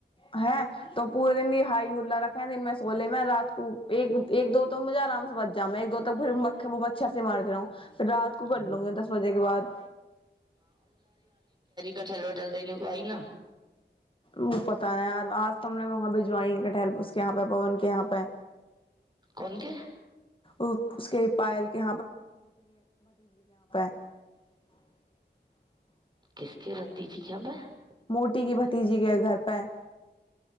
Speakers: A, on the left; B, on the right.
A: हैं तो पूे दिन हा हुला रख <unintelligible> दिन में सोले मैं रात को एक एक दो तो मुजाराम बच जामे एक दो तो फ मच्छर से मार रहूँ
B: <unintelligible>
A: <unintelligible> कर लूंगी दस बजे के बाद
B: कठल वठल दन कोई न
A: ओ पता नहि यार आज तऽ हम ने वहाँ भिजवाई ह क टहलस यहाँ पे पवन के यहाँ पे
B: कोन केँ
A: ओ उसके पायल केँ <unintelligible>
B: किसके भततीजी के यहाँ वे
A: मोटी की भतीजी के घर पे <inaudible>